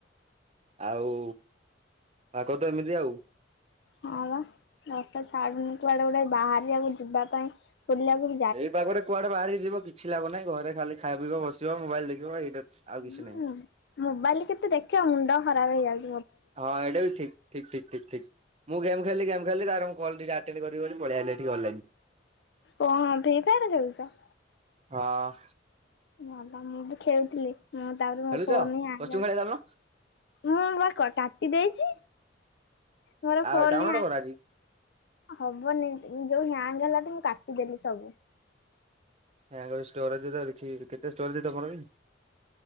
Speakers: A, on the right; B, on the left.
A: ଆଉ ପାଗ ତ ଏମିତି ଆଉ।
B: ହଁ ବା ବର୍ଷା ଛାଡୁନି କୁଆଡେ ଗୋଟାଇ ବାହାରିଆକୁ ଯିବା ପାଇଁ ବୁଲିଆକୁ
A: ଏଇ ପାଗରେ କୁଆଡେ ବାହାରିକି ଯିବ କିଛି ଲାଭ ନାହିଁ, ଘରେ ଖାଲି ଖାଇବ, ପିଇବ, ବସିବ ମୋବାଇଲ ଦେଖି ବ ଏଇଟି ଅଛି, ଆଉ କିଛି
B: ହୁଁ
A: ନାହିଁ।
B: ମୋବାଇଲ କେତେ ଦେଖିବ, ମୁଣ୍ଡ ଖରାପ ହେଇଯାଉଚି।
A: ହଁ, ଏଇଟା ବି ଠିକ ଠିକ-ଠିକ-ଠିକ-ଠିକ ମୁଁ ଗେମ ଖେଳଲି, ଗେମ ଖେଳଲି ତାପରେ ମୁଁ ଗଲି ଗା ସେମିତି କରିବ ବୋଲି ମୁଁ ପଳାଇ ଆଇଲି ଏଇଠିକ ଅନଲାଇନ।
B: କଣ ଦ୍ଵିପହରେ ଯାଉଛ?
A: ହଁ।
B: ହଁ ତ ମୁଁ ବି ଖେଳୁଥିଲି, ମୁଁ ତାପରେ ମୋ
A: ଖେଳୁଛ
B: ଫୋନ ଆସି
A: କଷ୍ଟ୍ୟୁମ୍ ଖେଳିବା ଚାଲୁନ
B: ମୁଁ ବା କ କାଟି ଦେଇଛି। ମୋର
A: ଆଉ
B: ଫୋନ
A: ଡାଉନଲୋଡ୍
B: ହା
A: କର ଆଜି।
B: ହବନି ଯୋଉ ହ୍ୟାଙ୍ଗ ହେଲା ତ ମୁଁ କାଟିଦେଲି ସବୁ।
A: ହାଙ୍ଗ ହବ ଷ୍ଟୋରେଜ ଦେଖିକି, କେତେ ଷ୍ଟୋରେଜ୍ ତମର କି?